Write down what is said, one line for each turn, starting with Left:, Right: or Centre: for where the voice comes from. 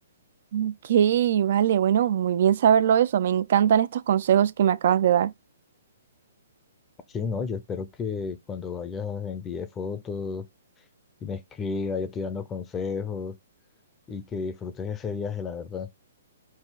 Right: Ok, vale, bueno, muy bien saberlo eso. Me encantan estos consejos que me acabas de dar.
Left: Sí, no, yo espero que cuando vayas envíe fotos y me escriba, yo te dando consejos y que disfrutes ese viaje, la verdad.